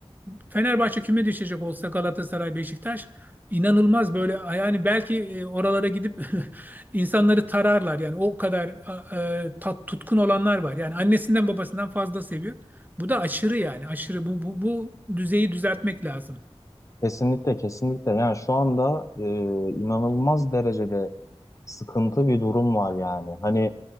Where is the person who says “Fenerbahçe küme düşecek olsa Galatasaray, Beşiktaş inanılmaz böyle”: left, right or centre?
Right